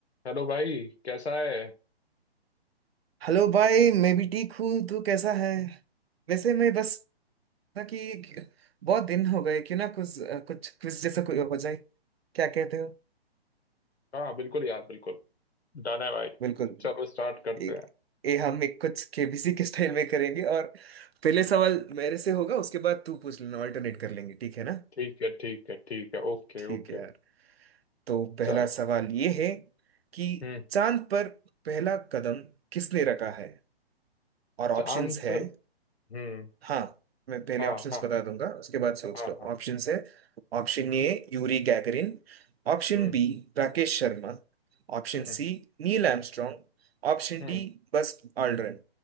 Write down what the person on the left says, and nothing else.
Hello भाई कैसा है
हाँ बिल्कुल यार बिल्कुल डन है भाई
चलो स्टार्ट करते
हैं
ठीक है ठीक है ठीक है ओके
ओके
चलो
हम्म
चांद
पर हम्म
हाँ
हाँ
हाँ
हाँ
हम्म
हम्म
हम्म